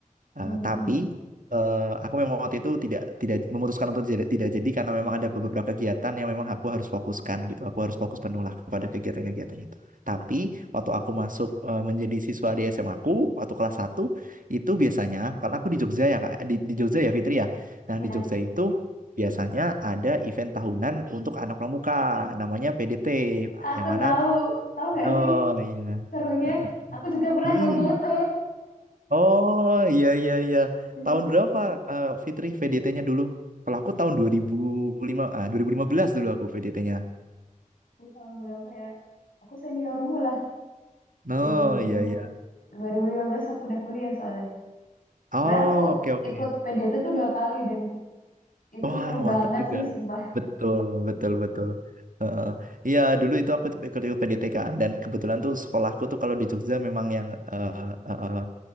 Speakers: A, on the left; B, on the right.
A: Mm-mm.
B: Uh, tapi eh, aku memang waktu itu tidak tidak memutuskan untuk tidak, tidak jadi karena memang ada beberapa kegiatan yang memang aku harus fokuskan gitu. Aku harus fokus penuh lah kepada kegiatan-kegiatan itu. Tapi waktu aku masuk eh, menjadi siswa di SMA aku waktu kelas satu itu biasanya karena aku di Jogja ya Kak, di, di Jogja ya Fitri ya. Nah,
A: ya
B: di Jogja itu biasanya ada event tahunan untuk anak pramuka namanya PDT, Pak,
A: aku
B: yang mana
A: tahu tahu nggak
B: oh
A: sih
B: iya.
A: serunya
B: Eh, eh.
A: aku juga pernah
B: Mm-mm.
A: PDT
B: Oh iya iya iya.
A: <laughs>
B: Tahun berapa eh, Fitri VDT-nya dulu? Kalau aku tahun dua ribu lima ah 2015 dulu aku VDT-nya.
A: Aku tahun berapa ya? Aku seniormu lah,
B: Oh
A: dua dua ribu
B: iya iya.
A: dua ribu lima belas aku udah kuliah soalnya. Pokoknya
B: Oh,
A: aku
B: oke oke.
A: ikut PDT tuh dua kali dan itu
B: Wah,
A: seru banget
B: mantap juga.
A: sih, sumpah.
B: Betul, betul, betul. Heeh. Iya, dulu itu aku tuh ikut-ikut PDT kan dan kebetulan tuh sekolahku tuh kalau di Jogja memang yang eh, eh, eh,